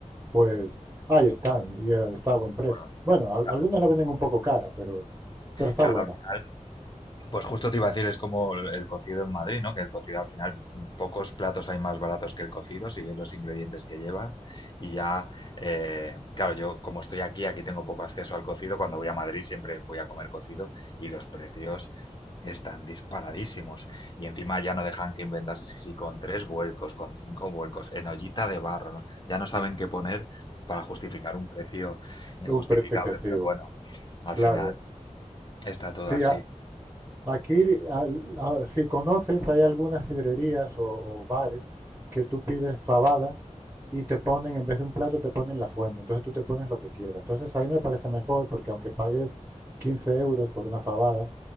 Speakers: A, on the right; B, on the left.
A: pues ahí están y eh, está a buen precio.
B: Bueno,
A: Bueno,
B: ya,
A: al- algunos la venden un poco cara, pero, pero está
B: claro,
A: buena,
B: al final Pues justo te iba a decir, es como el, el cocido en Madrid, ¿no? Que el cocido al final, mm, pocos platos hay más baratos que el cocido, si ves los ingredientes que lleva. Y ya, eh, claro, yo como estoy aquí, aquí tengo poco acceso al cocido. Cuando voy a Madrid siempre voy a comer cocido y los precios están disparadísimos. Y encima ya no dejan que inventas si con tres vuelcos, con cinco vuelcos, en ollita de barro. ¿no? Ya no saben qué poner para justificar un precio injustificable,
A: un precio excesivo,
B: pero bueno, al
A: claro.
B: final está todo
A: Sí,
B: así.
A: ah, Aquí, al- a- si conoces, hay algunas sidrerías o, o bares que tú pides fabada y te ponen, en vez de un plato, te ponen la fuente. Entonces tú te pones lo que quieras. Entonces ahí me parece mejor porque aunque pagues 15 euros por una fabada,